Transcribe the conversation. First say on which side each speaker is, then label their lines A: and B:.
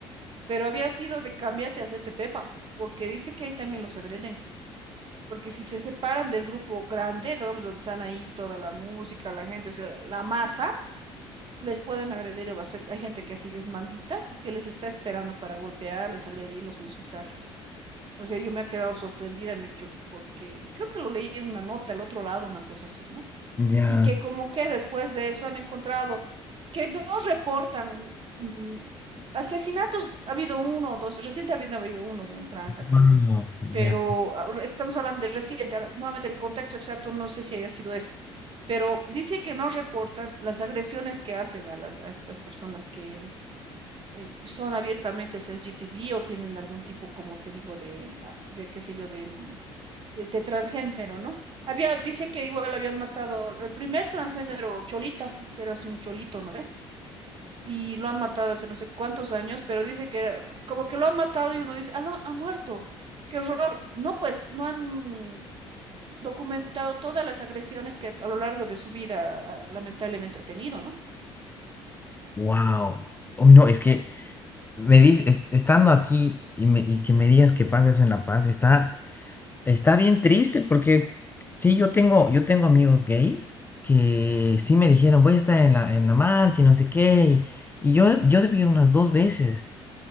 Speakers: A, on the right; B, on the left.
A: pero había sido de cámbiate a hacerte pepa, porque dice que ahí también los agreden, porque si se separan del grupo grande, digamos, donde están ahí toda la música, la gente, o sea, la, la masa, les pueden agredir o hacer, hay gente que así es maldita y que les está esperando para golpearles, agredirlos o insultarles. O sea, yo me he quedado sorprendida, Micho, porque creo que lo leí en una nota, el otro lado, una cosa así, ¿no?
B: Ya.
A: Y que como que después de eso han encontrado que no reportan mm, asesinatos, ha habido uno o dos, reciente había habido uno de un trans acá,
B: Wow. Ya.
A: pero ah, re- estamos hablando de reciente, ahora, nuevamente el contexto exacto no sé si haya sido ese, pero dice que no reportan las agresiones que hacen a las a estas personas que eh, son abiertamente es LGTB o tienen algún tipo, como te digo, de, ah, de qué sé yo, de, mm, de, de transgénero, ¿no? Había, dice que igual habían matado al primer transgénero, Cholita, que era así un cholito, ¿no? y lo han matado hace no sé cuántos años, pero dice que era- como que lo han matado y uno dice, ah, no, ha muerto, qué horror. No, pues no han documentado todas las agresiones que a lo largo de su vida ah, lamentablemente ha tenido, ¿no?
B: Wow. Uy, no, es que me dices, estando aquí y, me- y que me digas que pasa eso en La Paz, está. Está bien triste porque sí, yo tengo, yo tengo amigos gays que sí me dijeron, voy a estar en la, en la marcha y no sé qué. Y, y yo, yo debí ir unas dos veces